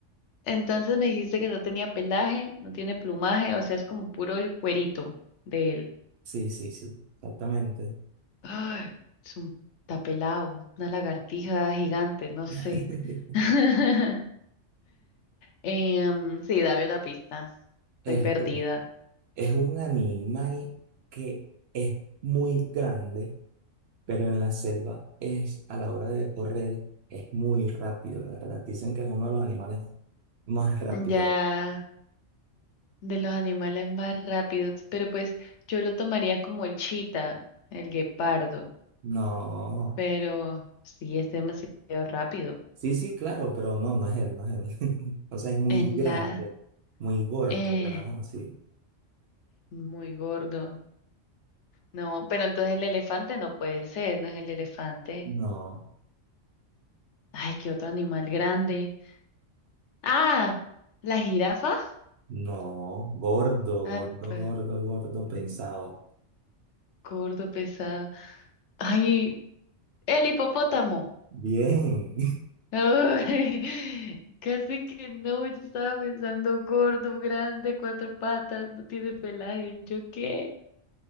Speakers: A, on the left; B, on the right.
A: Entonces me dijiste que no tenía pelaje, no tiene plumaje, o sea, es como puro el cuerito de él.
B: Sí, sí, sí. Exactamente.
A: Ay, es un está pelado, una lagartija gigante, no sé.
B: <laughs>
A: <laughs> Em, sí, dame una pista. Estoy
B: Este.
A: perdida.
B: Es un animal que es muy grande, pero en la selva es, a la hora de correr, es muy rápido, la verdad. Dicen que es uno de los animales más rápidos.
A: Ya de los animales más rápidos, pero pues yo lo tomaría como el chita, el guepardo,
B: No,
A: pero sí es demasiado rápido.
B: sí, sí, claro, pero no, no es él, no es él. <laughs> O sea, es muy
A: En
B: grande,
A: la,
B: muy gordo,
A: eh,
B: llamémoslo así.
A: muy gordo. No, pero entonces el elefante no puede ser, no es el elefante.
B: No,
A: Ay, qué otro animal grande. Ah, la jirafa.
B: no, gordo,
A: Ah,
B: gordo,
A: pues,
B: gordo, gordo, pesado.
A: mm, gordo, pesado. Ay, el hipopótamo.
B: Bien,
A: Ay, <laughs> casi que no, yo estaba pensando gordo, grande, cuatro patas, no tiene pelaje, ¿yo qué?